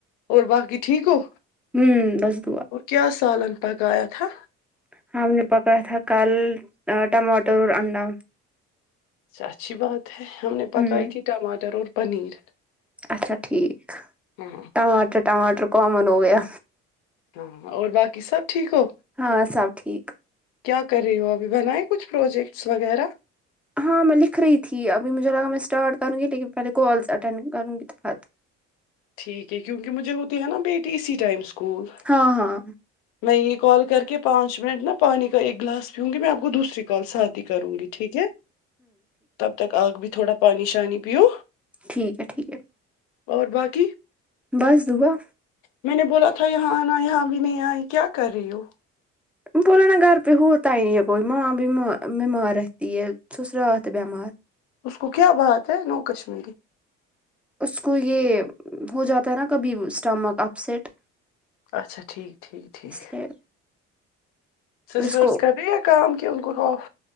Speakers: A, on the left; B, in the centre.
A: اور باقی ٹھیک ہو
B: ہوں بس دعا
A: وہ کیا سالن پکا یا تھا
B: ہاں ہم نے پکا یا تھا کل ٹماٹر اور انڈا
A: اچھی بات ہے ہم نے
B: ہوں
A: پکائی تھی ٹماٹر اور پنیر
B: اچھا ٹھیک
A: ہاں
B: ٹماٹر ٹماٹر کامن ہو گیا
A: ہاں اور باقی سب ٹھیک ہو
B: ہاں سب ٹھیک
A: کیا کر رہی ہو ابھی بنائیں کچھ پروجیکٹس وغیرہ
B: ہاں میں لکھ رہی تھی ابھی مجھے لگا میں اسٹارٹ کروں گی لیکن پہلے کالس اٹینڈ کروں گی تو بعد میں
A: ٹھیک ہے کیونکہ مجھے ہوتی ہے نا بیٹی اسی ٹائم اسکول
B: ہاں ہاں
A: میں یہ کال کر کے پانچ منٹ نا پانی کا ایک گلاس پیوں گی میں آپ کو دوسری کال ساتھ کروں گی ٹھیک ہے تب تک آپ بھی تھوڑا پانی شانی پیو
B: ٹھیک ہے ٹھیک ہے
A: اور باقی
B: بس دعا
A: میں نے بولا تھا یہاں آنا یہاں بھی نہیں آئی کیا کر رہی ہو
B: بولو نا گھر پے ہوتاہی نہیں ہے کوئی ماں ببیما بیمار ر ہتی ہے سسراتو ہے بیمار
A: اس کو کیا بات ہے نو کشمیری
B: اس کو یہ ہو جاتا ہے نا کبھی اسٹامک اپسیٹ
A: اچھا ٹھیک ٹھیک ٹھیک
B: لیے
A: سسٹرز
B: اس کو
A: کر رہی کام کہ ان کواوف